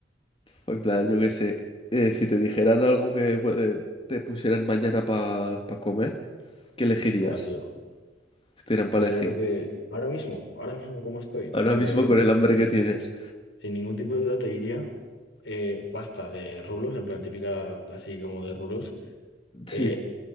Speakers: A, on the left (about 30°); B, on the left (about 75°).
A: O en plan, yo qué sé, eh, si te dijeran algo que eh, te pusieran mañana para comer, ¿qué elegirías?
B: Buah, tío.
A: Si te dieran
B: Pues
A: para
B: yo
A: elegir.
B: creo que ahora mismo, ahora mismo cómo estoy, pues
A: Ahora
B: yo
A: mismo
B: creo que
A: con el
B: sin
A: hambre
B: ningún,
A: que tienes.
B: sin ningún tipo de duda te diría eh, pasta de rulos, en plan típica así como de rulos,
A: Sí.
B: eh,